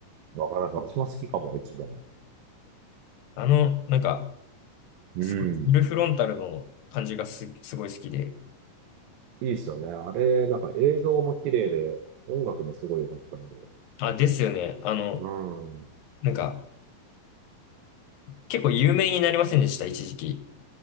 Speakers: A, on the right (about 85°); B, on the left (about 80°).
A: わかります。私も好きかも、一番。
B: あの、なんか、
A: うん。
B: すごいフルフロンタルの感じがす、すごい好きで。
A: いいですよね。あれ、なんか映像も綺麗で、音楽もすごい良かったんで。
B: あ、ですよね。あの、
A: うん。
B: なんか、結構有名になりませんでした、一時期。